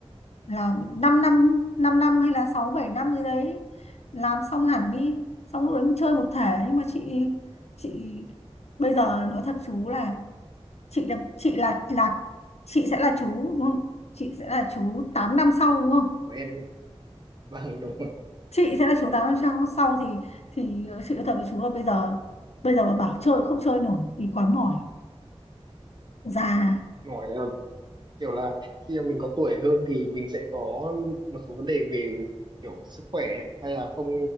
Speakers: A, on the left; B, on the right.
A: là 5 năm 5 năm năm hay là 6 7 năm gì đấy làm xong hẳn đi xong lúc đấy mình chơi một thể nhưng mà chị chị bây giờ nói thật chú là chị là chị là là chị sẽ là chú đúng không chị sẽ là chú 8 năm sau đúng không
B: của em vâng đúng rồi
A: chị sẽ là chú tám năm sau sau thì thì chị nói thật với chú là bây giờ bây giờ mà bảo chơi không chơi nổi thì quá mỏi già
B: nói ờ, kiểu là khi mà mình có tuổi hơn thì mình sẽ có một số vấn đề về kiểu sức khỏe hay là không